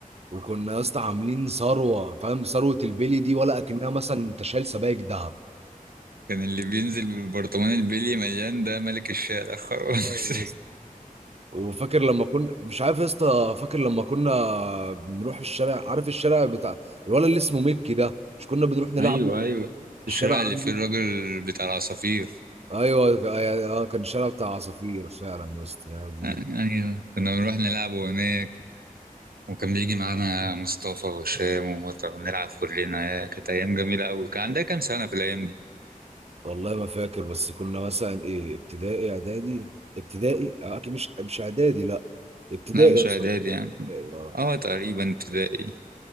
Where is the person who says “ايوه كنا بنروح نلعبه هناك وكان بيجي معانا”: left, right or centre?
Right